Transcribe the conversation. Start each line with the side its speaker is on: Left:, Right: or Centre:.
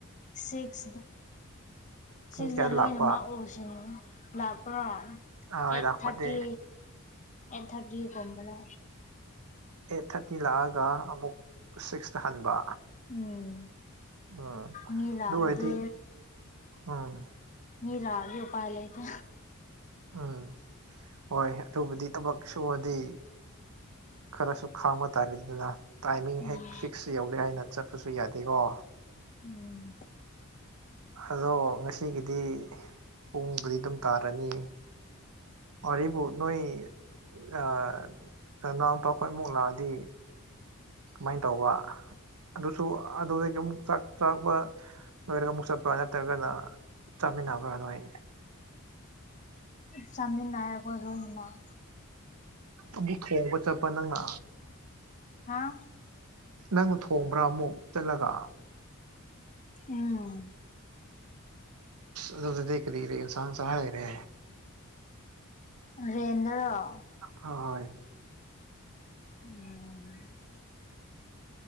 Left: ꯁꯤꯛꯁꯗ
Right: ꯄꯨꯡ
Left: ꯁꯤꯛꯁꯗ
Right: ꯀꯌꯥꯗ
Left: ꯂꯣꯏꯅꯃꯛ
Right: ꯂꯥꯛꯄ
Left: ꯎ <unintelligible> ꯂꯥꯛꯄ꯭ꯔꯣ ꯑꯩꯠ
Right: ꯍꯣꯏ ꯂꯥꯛꯄꯗꯤ
Left: ꯊꯥꯔꯇꯤ ꯑꯩꯠ ꯊꯥꯔꯇꯤꯒꯨꯝꯕꯗ
Right: ꯑꯩꯠ ꯊꯥꯔꯇꯤ ꯂꯥꯛꯑꯒ ꯑꯃꯨꯛ ꯁꯤꯛꯁꯇ ꯍꯟꯕ
Left: ꯎꯝ
Right: ꯎꯝ
Left: ꯃꯤ ꯂꯥꯛꯑꯗꯤ
Right: ꯑꯗꯨ ꯑꯣꯏꯗꯤ ꯎꯝ
Left: ꯃꯤ ꯂꯥꯛꯑꯗꯤ ꯎꯄꯥꯏ ꯂꯩꯇꯦ
Right: ꯎꯝ ꯍꯣꯏ ꯑꯗꯨꯕꯨꯗꯤ ꯊꯕꯛ ꯁꯨꯕꯗꯤ ꯈꯔꯁꯨ ꯈꯥꯡꯕ ꯇꯥꯔꯦꯗꯅ ꯇꯥꯏꯃꯤꯡ
Left: ꯎꯝ
Right: ꯍꯦꯛ ꯐꯤꯛꯁ ꯌꯧꯔꯦ ꯍꯥꯏꯅ ꯆꯠꯄꯁꯨ ꯌꯥꯗꯦꯀꯣ
Left: ꯎꯝ
Right: ꯑꯗꯣ ꯉꯁꯤꯒꯤꯗꯤ ꯄꯨꯡꯕꯨꯗꯤ ꯑꯗꯨꯝ ꯇꯥꯔꯅꯤ ꯋꯥꯔꯤꯕꯨ ꯅꯣꯏ ꯑ ꯅꯅꯥꯎꯄꯥ ꯈꯣꯏꯃꯨꯛ ꯂꯥꯛꯑꯗꯤ ꯀꯃꯥꯏꯅ ꯇꯧꯕ ꯑꯗꯨꯁꯨ ꯑꯗꯨꯗꯒꯤ ꯑꯃꯨꯛ ꯆꯥꯛ ꯆꯥꯕ ꯂꯣꯏꯔꯒ ꯑꯃꯨꯛ ꯆꯠꯄ꯭ꯔꯥ ꯅꯠꯇ꯭ꯔꯒꯅ ꯆꯥꯃꯤꯟꯅꯕ꯭ꯔꯥ ꯅꯣꯏ
Left: ꯆꯥꯃꯤꯟꯅꯌꯦ ꯈꯣꯏ ꯂꯣꯏꯅꯃꯛ
Right: ꯑꯃꯨꯛ ꯊꯣꯡꯕ ꯆꯠꯄ ꯅꯪꯅ
Left: ꯍꯥꯥ
Right: ꯅꯪꯅ ꯊꯣꯡꯕ꯭ꯔꯥ ꯑꯃꯨꯛ ꯆꯠꯂꯒ
Left: ꯎꯝ
Right: ꯑꯗꯨꯗꯗꯤ ꯀꯔꯤꯀꯔꯤ ꯏꯟꯁꯥꯟ ꯆꯥꯍꯩꯔꯦ
Left: ꯔꯦꯟꯗꯔꯣ
Right: ꯍꯣꯏ
Left: ꯎꯝ